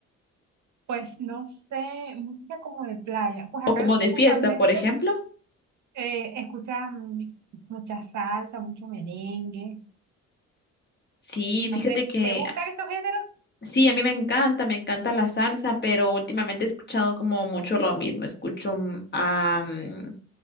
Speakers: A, on the right (about 55°); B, on the left (about 30°).
A: Pues no sé, música como de playa. Pues acá
B: O como de fiesta,
A: usualmente
B: por ejemplo.
A: eh, escuchan mucha salsa, mucho merengue.
B: Sí,
A: No
B: fíjate
A: sé,
B: que
A: ¿te gustan esos géneros?
B: Sí, a mí me encanta, me encanta la salsa, pero últimamente he escuchado como mucho lo mismo. Escucho mm, a, mm,